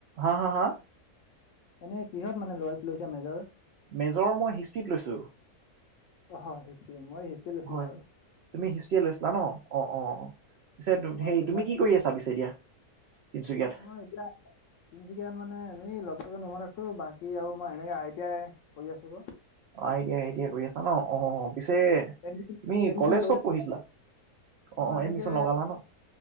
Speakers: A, on the right; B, on the left.
A: হা হা
B: এনে কিহত মানে লোইছ লৈছা মেজৰ।
A: মেজৰ মই হিষ্ট্ৰীত লৈছো।
B: অহ হিষ্ট্ৰী মই হিষ্ট্ৰীয়ে লৈছিলো
A: হয়
B: বাৰু।
A: তুমি হিষ্ট্ৰীয়ে লৈছিলা ন অ', অ', অ', পিছে
B: মই
A: হেৰি
B: দুদিনমান
A: তুমি কি কৰি আছা পিছে এতিয়া? তিনচুকীয়াত
B: অহ এপিলা তিনচুকীয়ানত মানে এনেই লগৰজন ৰুমত আছো বাকী আৰু মই এনেকে আই টি আই কৰি আছো
A: অ', আ টি আই আ টি আই কৰি আছা ন অ', পিছে
B: এডমিচন
A: তুমি
B: এডমিচন
A: কলেজ
B: কৰি
A: ক'ত পঢ়িছিলা। অ',
B: মই
A: অ',
B: এনেকে
A: এডমিচন লগালা ন।